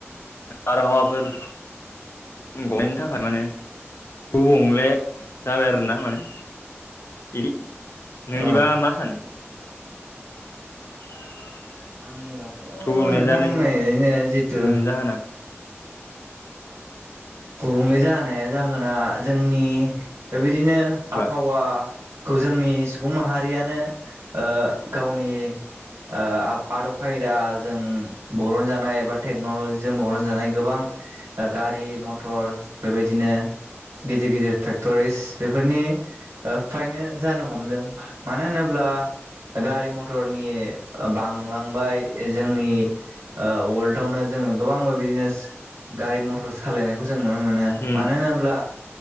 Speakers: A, on the left (about 60°); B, on the right (about 80°).
A: बारहावाफोर गनायनि थाखाय माने गुबुंले जाबाय आरोना माने। बिदि नोंनिबा
B: औ
A: मा सानो? <inaudible>
B: आंनिबाथ'
A: गुबुंले
B: नोंथांमोना
A: जानाय
B: ओरैनो जिथु
A: ओ जाहोना
B: गुबुंले जानाया जाहोना जोंनि बेबायदिनो आबहावा
A: बा
B: खौ जोंनि सुबुं माहारियानो ओ गावनि। आदब खायदा जों बरनजानाय एबा टेक्न'ल'जिजों बरन जानाय गोबां गारि म मटर बेबायदिनो गिदिर गिदिर फेक्ट'रिस बेफोरनि ओ फ्रायनो जानो हमदों मानो होनोब्ला। गारि मथरनि बांलांबाय जोंनि वर्ल्डआवनो जोंङो गोबां बिदिनो गारि मथर सालायनाय खौ जों नुनो मोनो।
A: उम
B: मानो होनोब्ला